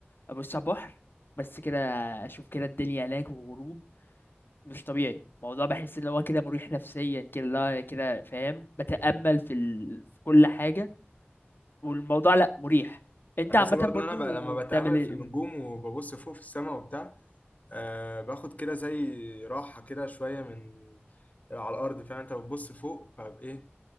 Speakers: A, on the left; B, on the left.
A: أبص على البحر بس كده أشوف كده الدنيا هناك والغروب مش طبيعي الموضوع بحس إن هو كده مريح نفسيا كده لا كده فاهم بتأمل في, ال... في كل حاجة والموضوع لأ مريح انت
B: بحس
A: عامة
B: برضه
A: برضو
B: ان انا بقى لما
A: بتعمل
B: بتامل
A: ايه
B: في النجوم وببص فوق في السماء وبتاع آه باخد كده زي راحه كده شويه من على الارض فاهم انت بتبص فوق فايه